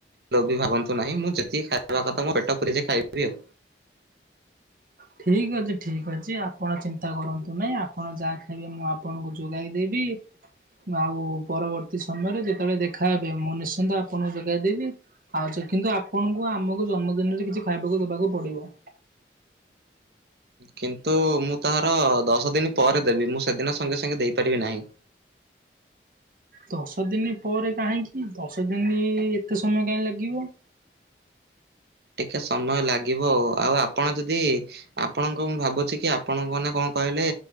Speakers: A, on the right; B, on the right.
A: ଲୋ ବି ଭାବୁ ନାହିଁ ଯେତିକି ଖାଇବା କଥା ପେଟ ପୁରେଇ ଖାଇଦେବୀ ଆଉ।
B: ଠିକ୍ ଅଛି ଠିକ୍ ଅଛି ଆପଣ ଚିନ୍ତା କରନ୍ତୁ ନାହିଁ। ଆପଣ ଯାହା ଖାଇବେ ମୁଁ ଆପ୍ ଆପଣଙ୍କୁ ଯୋଗାଇଦବି। ଆଉ ପରବର୍ତ୍ତୀ ସମୟରେ ଯେତେବେଳେ ଦେଖାହବେ ମୁଁ ନିଶ୍ଚିନ୍ତ ଆପଣଙ୍କୁ ଯୋଗାଇଦବି। ଆଉଚେ କିନ୍ତୁ ଆପଣଙ୍କୁ ଆମକୁ ଜନ୍ମଦିନରେ କିଛି ଖାଇବାକୁ ଦେବାକୁ ପଡିବ।
A: କିନ୍ତୁ ମୁଁ ତାହାର ଦଶ ଦିନ ପରେ ଦେବି ମୁଁ ସେଦିନ ସଙ୍ଗେ ସଙ୍ଗେ ଦେଇପାରିବି ନାହିଁ।
B: ଦଶ ଦିନି ପରେ କାହିଁକି ଦଶ ଦିନି ଏତେ ସମୟ କାହିଁ ଲାଗିବ?
A: ଟିକେ ସମୟ ଲାଗିବ ଆଉ ଆପଣ ଯଦି ଆପଣଙ୍କୁ ମୁଁ ଭାବୁଛି କି ଆପଣଙ୍କ ମାନେ କଣ କହିଲେ?